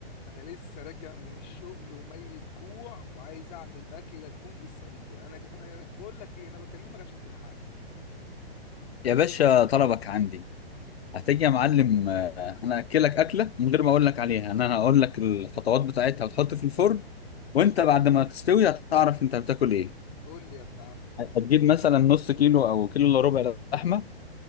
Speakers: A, on the left (about 45°); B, on the left (about 70°).
A: انا لسه راجع من الشغل وميت جوع وعايز اعمل اكله تكون في السريع انا انا بقول لك ايه انا بكلمك عشان تلحقني
B: يا باشا طلبك عندي هتيجي يا معلم آه، انا اكلك اكله من غير ما اقول لك عليها انا هقول لك الخطوات بتاعتها وتحط في الفرن وانت بعد ما تستوي هتعرف انت بتاكل ايه
A: قول لي يا ابن عمي
B: هتجيب مثلا نص كيلو او كيلو الا ربع لحمه